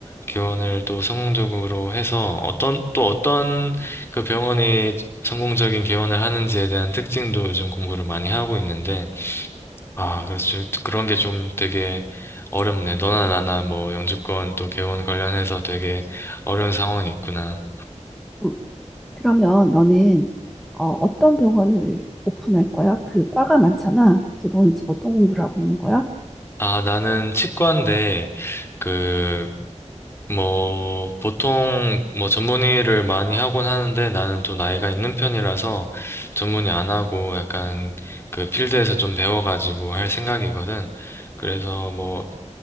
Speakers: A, on the left (about 20°); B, in the centre.
A: 개원을 또 성공적으로 해서 어떤 또 어떤 그 병원이 성공적인 개원을 하는지에 대한 특징도 요즘 공부를 많이 하고 있는데 아 그래서 저- 그런 게 좀 되게 어렵네 너나 나나 뭐 영주권 또 개원 관련해서 되게 어려운 상황이 있구나
B: 음. 그러면 너는, 어, 어떤 병원을 오픈할 거야? 그 과가 많잖아. 그래서 너는 지금 어떤 공부를 하고 있는 거야?
A: 아 나는 치과인데 그 뭐, 보통, 뭐, 전문의를 많이 하곤 하는데 나는 또 나이가 있는 편이라서 전문의 안 하고 약간 그 필드에서 좀 배워가지고 할 생각이거든. 그래서 뭐,